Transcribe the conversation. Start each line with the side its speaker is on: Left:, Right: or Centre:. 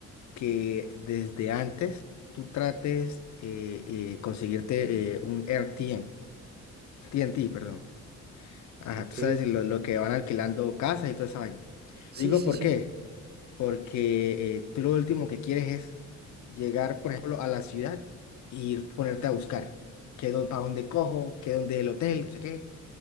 Left: que desde antes tú trates eh, eh, conseguirte eh, un RTM. TNT, perdón. Ajá,
Right: Ok,
Left: tú sabes lo, lo que van alquilando casas y toda esa vaina.
Right: sí,
Left: Digo,
Right: sí,
Left: ¿por
Right: sí,
Left: qué? Porque eh, tú lo último que quieres es llegar, por ejemplo, a la ciudad y ir ponerte a buscar. ¿Qué, para dónde cojo? ¿Qué dónde el hotel? No sé qué.